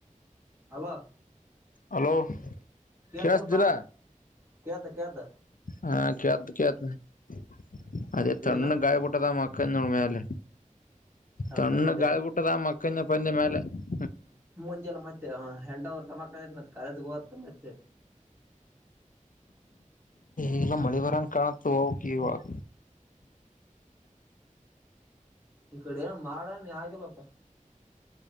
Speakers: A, on the right; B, on the left.
A: ಹಲೋ
B: ಹಲೋ
A: ಕೆ್ದಲ್ಲ
B: ಕೇಳಸ್ತಿಲ್ಲ
A: ಬಾ ಕೆತ್ತ ಕೆ್ದ <unintelligible>
B: ಹಾ ಕತ ಕತ <inaudible> ಅದೇ ತಣ್ಣು
A: ಏನ
B: ಗಾಯ ಪಟ್ಟದ ಮಾ ಉಳಮಲ್ಲ
A: ತಣ್ಣಗಂದೆ
B: ತಣ್ಣ ಗಾಳಿಬುಟ್ಟದ ಮಕ್ಕ ಪಂದ ಮ ಅ
A: ಮುಂಜೆಲ್ಲ ಮತ್ತೆ ಹೆಟ ಹೊರ್ತಮ್ಮ ಮತ್ತ ಕಾಲಜ ಗತ ಮತ್ತೆ
B: ಈಲ್ಲ ಮಳೆ ಬರಂ ಕಾಣತ ಹ ಕವದು
A: ಈ ಕಡೆ ಏನ ಮಾಡ ನೀ ಆಗಿಲ್ಲಪ್ಪ